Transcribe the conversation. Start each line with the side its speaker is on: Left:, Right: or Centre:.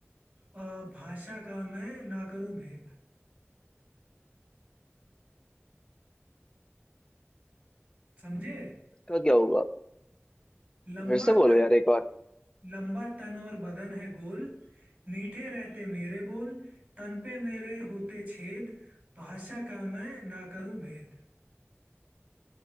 Right: अ, भाषा का मैं ना करूं भेद समझे
Left: उसका क्या होगा
Right: लंबा
Left: फिर से बोलो
Right: तन
Left: यार एक बार
Right: लंबा तन और बदन है गोल मीठे रहते मेरे बोल तन पे मेरे होते छेद भाषा का मैं ना करूं भेद